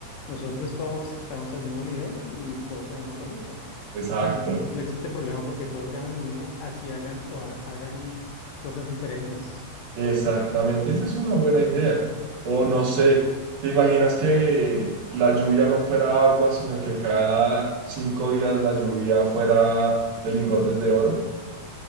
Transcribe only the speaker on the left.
nosotros todos estamos al mismo nivel y todos ganamos lo mismo.
Entonces no existe problema porque todos ganan lo mismo, así hagan o ha- hagan cosas diferentes.